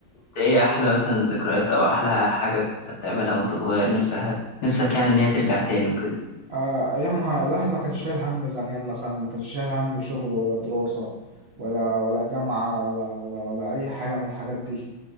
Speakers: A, on the left; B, on the right.
A: ده ايه احلى مثلا ذكريات او احلى حاجه كنت بتعملها وانت صغير نفسك هت... نفسك يعني ان هي ترجع تاني وكده
B: آه، أيامها الواحد ما كانش شايل هم زمان مثلا ما كانش شايل هم شغل ولا دراسة ولا ولا جامعة ولا ولا ولا أي حاجة من الحاجات دي